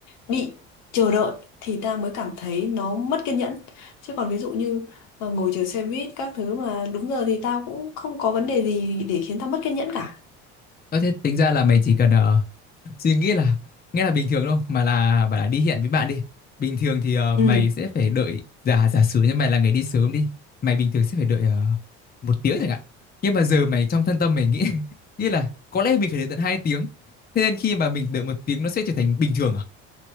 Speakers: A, on the left; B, on the left.
A: bị chờ đợi thì ta mới cảm thấy nó mất kiên nhẫn chứ còn ví dụ như ờ, ngồi chờ xe buýt các thứ mà đúng giờ thì tao cũng không có vấn đề gì để khiến tao mất kiên nhẫn cả
B: có thế tính ra là mày chỉ cần ờ, suy nghĩ là nghe là bình thường đâu mà là bảo là đi hẹn với bạn đi bình thường thì ờ,
A: ừ
B: mày sẽ phải đợi giả giả sử như mày là người đi sớm đi mày bình thường sẽ phải đợi ờ, một tiếng chẳng hạn nhưng mà giờ mày trong thân tâm mày nghĩ <laughs> nghĩ là có lẽ mình phải đợi tận hai tiếng thế nên khi mà mình đợi một tiếng nó sẽ trở thành bình thường à